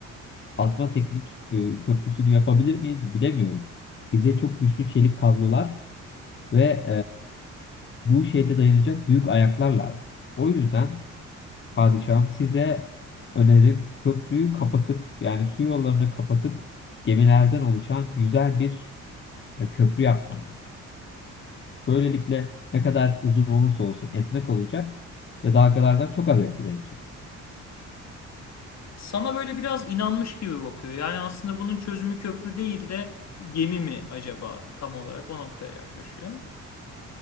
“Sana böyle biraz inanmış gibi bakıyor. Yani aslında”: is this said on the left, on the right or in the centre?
Left